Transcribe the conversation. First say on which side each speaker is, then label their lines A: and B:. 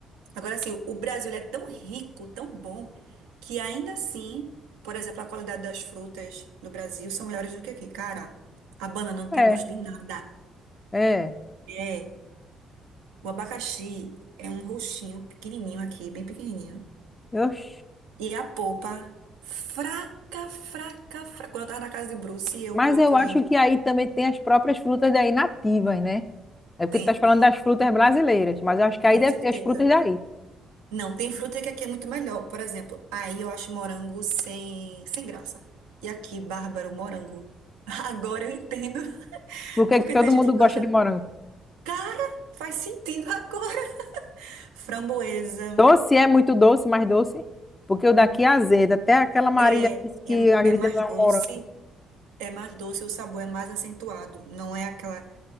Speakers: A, on the right; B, on the left.
A: Agora, assim, o Brasil ele é tão rico, tão bom, que ainda assim, por exemplo, a qualidade das frutas no Brasil são melhores do que aqui. Cara, a banana não tem
B: é,
A: gosto de nada.
B: é.
A: É, o abacaxi é um roxinho pequenininho aqui, bem pequenininho.
B: Oxi.
A: E a polpa, fraca, fraca, fraca. Quando eu tava na casa de Bruce, eu
B: Mas
A: coloquei.
B: eu acho que aí também tem as próprias frutas daí nativas, né? É porque
A: Tem,
B: tu estás falando das frutas brasileiras, mas eu acho que aí
A: com
B: deve
A: certeza.
B: ter as frutas daí.
A: Não, tem fruta que aqui é muito melhor. Por exemplo, aí eu acho morango sem, sem graça. E aqui, bárbaro, morango. <laughs> Agora eu entendo, <laughs>
B: Porque
A: porque
B: todo
A: tem gente
B: mundo
A: que
B: gosta
A: gosta.
B: de morango.
A: Cara, faz sentido agora. <laughs> Framboesa
B: Doce é muito doce, mais doce. Porque o daqui é azedo, até aquela Marília
A: é,
B: disse
A: é,
B: que a vida
A: é mais
B: não é
A: doce,
B: um morango.
A: é mais doce, o sabor é mais acentuado. Não é aquela.